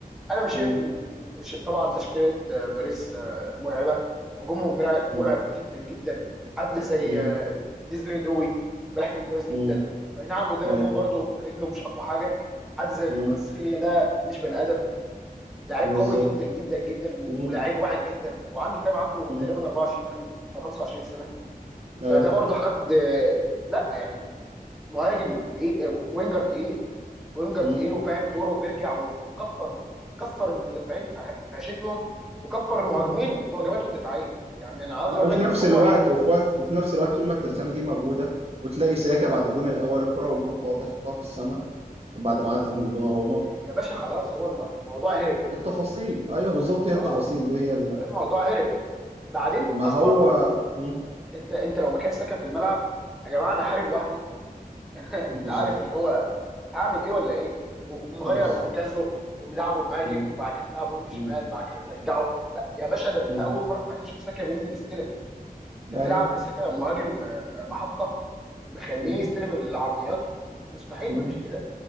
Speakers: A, in the centre; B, on the right.
A: انا مش شايف
B: مم.
A: ان ش- طبعا تشكيله آه، باريس آه، مرعبه هجومهم مرع- مرعب
B: مم.
A: جدا جدا حد زي
B: مم.
A: آه، ديزني دوي بيحكم كويس جدا
B: مم.
A: اي نعم قدام
B: ايوه
A: الجون برضو رجله مش اقوى حاجه حد زي
B: مم.
A: كفاراتسخيليا ده مش بني ادم لعيب
B: بالظبط
A: قوي جدا جدا جدا و-
B: مم.
A: ولاعيب واعد جدا وعنده كام عنده
B: مم.
A: تقريبا 24 خم- او 25 سنه
B: ايوه
A: فده برضو حد آه، لا يعني مهاجم تقيل آه، وينجر تقيل وينجر
B: مم.
A: تقيل وفاهم دوره وبيرجع و- وكفر كفر المدافعين في ح- في عيشتهم وكفر المهاجمين
B: مم.
A: في واجباته الدفاعيه يعني انا عاوز
B: آه،
A: اقول
B: وفي
A: لك
B: نفس
A: ان هو
B: الوقت وفي وقت وفي نفس الوقت طول ما الترسانه دي موجوده وتلاقي سياكا بعد الجون الاول الكره والجون فاضي حطها في السماء بعد ما عدت من دون روما
A: يا يا باشا خلاص هو الم- الموضوع هرب
B: فالتفاصيل ايوه بالظبط هي التفاصيل
A: اه
B: دي هي اللي
A: الموضوع هرب بعدين
B: ما
A: اصلا
B: هو
A: إن-
B: مم.
A: انت انت لو مكان ساكا في الملعب يا جماعه انا حارب لوحدي <laughs> انت
B: بالظبط
A: عارف اللي هو هعمل ايه ولا ايه و- ومغير
B: بالظبط
A: مركزه وملعبه مهاجم
B: مم.
A: وبعد كده تلعبه وينج شمال
B: مم.
A: بعد كده ترجعه ب- يا باشا ده انت
B: مم.
A: اول مره في حياتي اشوف ساكا بينزل يستلم انت بتلعب
B: ايوه
A: بسكه مهاجم آه، محطه بخليه
B: مم.
A: يستلم العرضيات مستحيل
B: مم.
A: مفيش كده